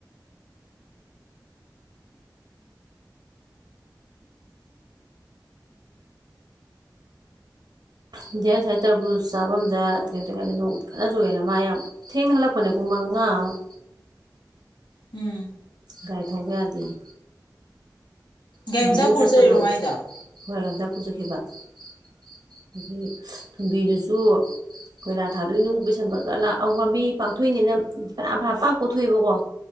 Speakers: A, on the right; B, on the left.
A: ꯏꯟꯗꯤꯌꯥꯟ ꯁꯥꯏ ꯇꯔꯕꯨꯖ ꯆꯥꯐꯝꯗ ꯀꯩꯅꯣ ꯇꯧꯏꯅꯥ ꯅꯣꯡ ꯀꯟꯅ ꯆꯨꯨꯌꯦꯅ ꯃꯥ ꯌꯥꯝ ꯊꯦꯡꯅ ꯍꯜꯂꯛꯄꯅꯦ ꯄꯨꯡ ꯃꯉꯥꯃꯨꯛ
B: ꯎꯝ
A: ꯒꯥꯏꯊꯧꯕ ꯌꯥꯗꯦꯌꯦ
B: ꯒꯥꯏꯃꯆꯥꯄꯨꯔ
A: ꯊꯨꯝꯕꯤꯖꯨꯡ ꯆꯠꯄꯗꯣ
B: ꯆꯠꯂꯤꯔꯣ ꯃꯥꯏꯗꯣ
A: ꯍꯣꯏ ꯑꯗ ꯄꯨꯨ ꯆꯁꯕꯥ <unintelligible> ꯒꯤ ꯀꯨꯝꯕꯤꯗꯨꯁꯨ ꯀꯣꯏꯂꯥ ꯊꯥꯗꯣꯏ ꯅꯨꯡ ꯄꯩꯁꯟꯕꯒ ꯂꯥꯛ ꯂꯥꯝꯕꯤ ꯄꯥꯛꯊꯣꯛꯏꯅꯤꯅ ꯐꯩꯅꯥꯝ ꯐꯩꯅꯥꯝ ꯄꯥꯛ ꯀꯣꯛꯊꯣꯛꯑꯦꯕꯀꯣ